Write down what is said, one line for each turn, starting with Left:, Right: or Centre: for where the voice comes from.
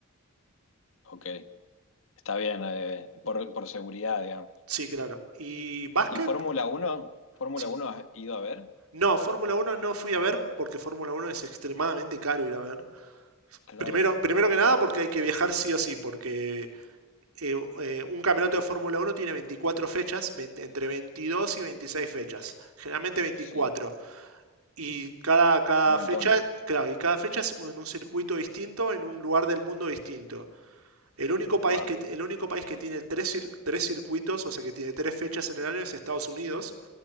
Left: ok. Está bien, eh, por, por seguridad, digamos.
Right: Sí, claro. ¿Y básquet?
Left: ¿Y Fórmula uno ¿Fórmula
Right: Sí.
Left: uno has ido a ver?
Right: No, Fórmula Uno no fui a ver porque Fórmula Uno es extremadamente caro ir a ver.
Left: Claro,
Right: Primero, primero que nada porque hay que viajar sí o sí, porque eh, eh, un campeonato de Fórmula Uno tiene 24 fechas, vein- entre 22 y 26 fechas, generalmente veinticuatro.
Left: sí,
Right: Y cada, cada
Left: un montón.
Right: fecha, claro, y cada fecha es en un circuito distinto, en un lugar del mundo distinto. El único país
Left: Wow.
Right: que, el único país que tiene tres, tres circuitos, o sea, que tiene tres fechas en el año es Estados Unidos,